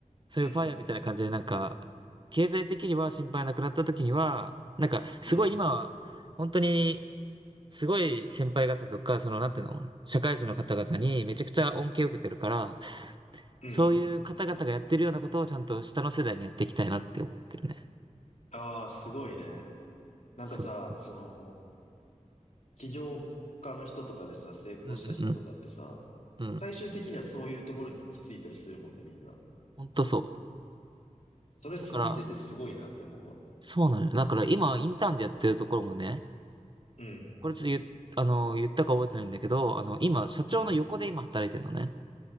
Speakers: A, on the right; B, on the left.
A: そういうファイヤーみたいな感じでなんか、
B: うん、うん、
A: 経済的には心配なくなった時には、なんかすごい今は、
B: うん、
A: 本当に、すごい先輩方とか、その、なんていうの、社会人の方々にめちゃくちゃ恩恵を受けてるから、
B: うん。
A: そういう方々がやってるようなことをちゃんと下の世代にやっていきたいなって思ってるね。
B: ああ、すごいね。なんかさ、
A: そうそう。
B: その、起業家の人とかでさ、成功した人とかってさ、
A: うんうんうん。
B: 最終的にはそういうところに行き着いたりするもんね、
A: うん。
B: みんな。
A: ほんとそう。
B: それす見ててすごいなって思うわ。
A: だから、そうなのよ。だから今、インターンでやってるところもね、
B: うん、
A: これちょっと言っ、あの、言ったか覚えてないんだけど、あの、今、社長の横で今働いてるのね。
B: うん、